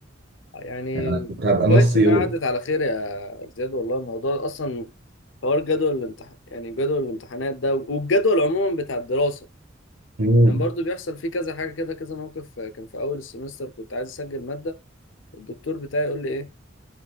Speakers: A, on the left; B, on the right.
A: يعني
B: يعني انا كنت هبقى
A: كويس
B: نص
A: انها
B: يوم
A: عدت على خير يا زياد والله الموضوع اصلا حوار جدول الامتحان يعني جدول الامتحانات ده والجدول عموما بتاع الدراسه
B: مم.
A: كان برضو بيحصل فيه كذا حاجه كده كذا موقف كان في اول السمستر كنت عايز اسجل ماده الدكتور بتاعي يقول لي ايه